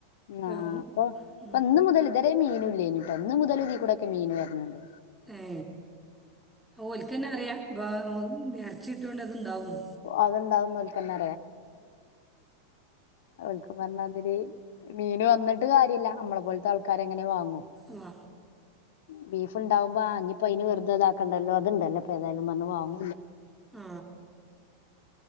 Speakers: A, in the centre; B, on the left.
A: ഒക്കെ
B: ആ
A: വാങ്ങും
B: അപ്പൊ
A: ഉം.
B: ഇപ്പം ഇന്ന് മുതൽ ഇത് വരേ മീനും ഇല്ല്യേര്ന്ന്ട്ടൊ ഇന്ന് മുതല് ഇതിലൂടൊക്കെ മീന് വര്ണ് ണ്ട്
A: ഏ ഓൽക്കെന്നെ അറിയാ വ വ് ഇറച്ചി കിട്ട്യോതോണ്ട് അത് ഇണ്ടാവും
B: അതുണ്ടാവുന്നോൽക്കന്നെ അവർക്ക് പറഞ്ഞ മാതിരി മീൻ വന്നിട്ട് കാര്യല്ല നമ്മളെ പോലത്തെ ആൾക്കാര് എങ്ങനെ വാങ്ങും
A: ആ
B: ബീഫുണ്ടാവുമ്പോ അയിനിപ്പ വെറുതെ ഇതക്കണ്ടല്ലോ ഇത്ണ്ടല്ലോ ഏതായാലും വന്ന് വാ <inaudible>
A: ആ